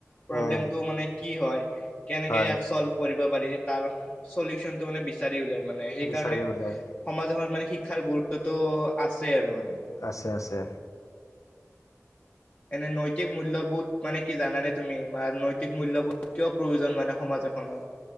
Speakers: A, on the left (about 30°); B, on the left (about 90°).
A: প্ৰব্লেমটো
B: উম,
A: মানে। কি হয়। কেনেক
B: হয়
A: ইয়াক চলভ কৰিব পাৰি তাৰ চলিউচন টো মানে বিচাৰি ওলাই। মানে সেইকাৰণে
B: বিচাৰি ওলাই
A: সমাজ এখন মানে শিক্ষাৰ গুৰুত্বতটো আছে আৰু মানে।
B: আছে আছে।
A: এনে নৈতিক মূল্যয়বোধ মানে কি জানে তুমি, বা নৈতিক মূল্যবোধ কিয় প্ৰয়োজন মানে? সমাজ এখনত?